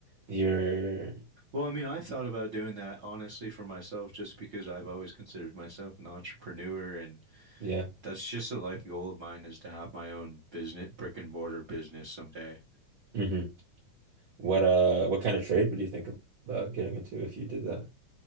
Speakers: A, on the right; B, on the right.
A: You're,
B: Well, I mean, I thought about doing that honestly for myself just because I've always considered myself an entrepreneur and
A: yeah.
B: that's just a life goal of mine is to have my own business, brick and mortar business someday.
A: hmm What uh, what kind of trade would you think about getting into if you did that?